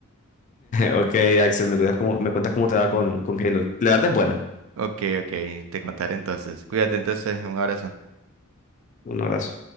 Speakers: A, on the left; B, on the right.
A: Ok, Axel, me cuidas cómo, me cuentas cómo te va con, con Halo. La verdad es buena.
B: Ok, ok, te contaré entonces. Cuídate entonces, un abrazo.
A: Un abrazo.